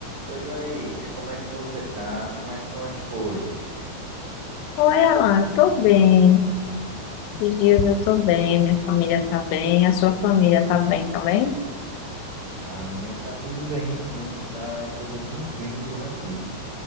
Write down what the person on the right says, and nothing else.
Oi, Laís, como é que você tá? Como é que estão as coisas?
A minha tá tudo bem, sim, tá tudo tranquilo por aqui.